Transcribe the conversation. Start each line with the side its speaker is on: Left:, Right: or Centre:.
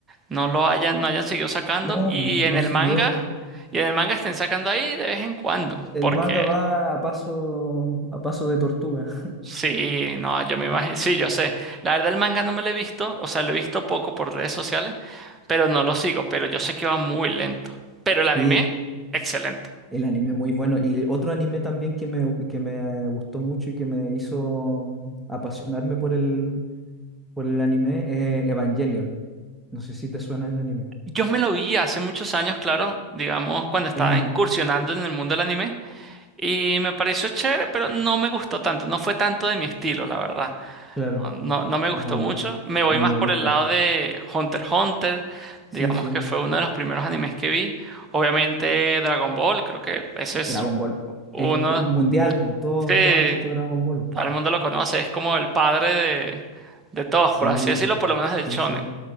Right: no lo hayan, no hayan seguido sacando
Centre: No,
Right: y
Centre: mm,
Right: en
Centre: no
Right: el
Centre: siguió.
Right: manga, y en el manga estén sacando ahí de vez en cuando,
Centre: El
Right: porque
Centre: manga va a paso a paso de tortuga. <laughs>
Right: Sí, no, yo me imagino, sí, yo sé. La verdad, el manga no me lo he visto, o sea, lo he visto poco por redes sociales, pero no lo sigo, pero yo sé que va muy lento. Pero el anime,
Centre: Sí,
Right: excelente.
Centre: el anime muy bueno. Y otro anime también que me, que me gustó mucho y que me hizo mm, apasionarme por el, por el anime eh, Evangelion. No sé si te suena ese anime.
Right: Yo me lo vi hace muchos años, claro, digamos, cuando estaba
Centre: Es an-
Right: incursionando en el mundo del anime, y me pareció chévere, pero no me gustó tanto, no fue tanto de mi estilo, la verdad.
Centre: claro,
Right: No, no me gustó
Centre: no, a
Right: mucho.
Centre: mí,
Right: Me voy
Centre: a mí
Right: más
Centre: me
Right: por
Centre: gusta.
Right: el lado de Hunter x Hunter,
Centre: Sí,
Right: digamos
Centre: sí,
Right: que fue uno de los primeros animes que vi. Obviamente Dragon Ball, creo que ese es
Centre: Dragon Ball.
Right: Uno,
Centre: Es un mundial, pues, todos,
Right: sí,
Centre: todos han visto Dragon Ball.
Right: todo el mundo lo conoce, es como el padre de, de todos,
Centre: Sí,
Right: por así decirlo, por lo menos del
Centre: sí,
Right: shonen.
Centre: sí,